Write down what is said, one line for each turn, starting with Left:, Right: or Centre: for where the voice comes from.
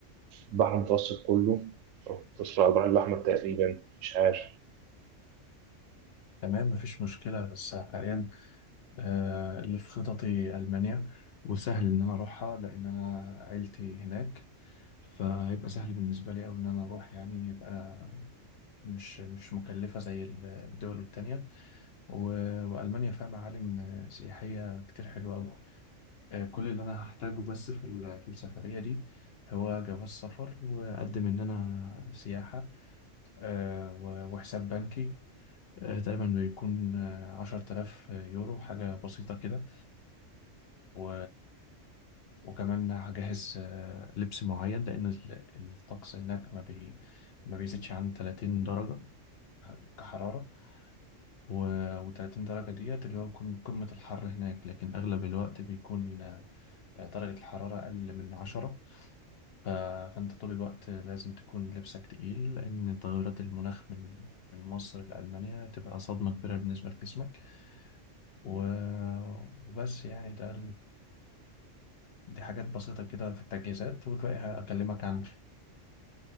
Right: البحر المتوسط كله أو تصل على البحر الأحمر تقريبا مش عارف
Left: تمام مفيش مشكلة بس حاليا آه، اللي في خططي ألمانيا وسهل إن أنا أروحها لأن أنا عيلتي هناك فهيبقى سهل بالنسبة لي أوي إن أنا أروح يعني يبقى مش مش مكلفة زي ال- الدول التانية و- وألمانيا فيها معالم آه، سياحية كتير حلوة أوي آه، كل اللي أنا هحتاجه بس في ال- في السفرية دي هو جواز سفر وأقدم إن أنا سياحة آه، و- وحساب بنكي آه، تقريبا بيكون عشرة آلاف يورو حاجة بسيطة كده و... وكمان هجهز آه، لبس معين لأن ال- الطقس هناك ما بي... ما بيزيدش عن 30 درجة كحرارة و... و30 درجة ديت اللي هو يكون قمة الحر هناك لكن أغلب الوقت بيكون آه، درجة الحرارة أقل من عشرة ف... فأنت طول الوقت لازم تكون لبسك تقيل لأن تغيرات المناخ من من مصر لألمانيا تبقى صدمة كبيرة بالنسبة لجسمك و... وبس يعني ده دي حاجات بسيطة كده في التجهيزات والباقي هكلمك عنه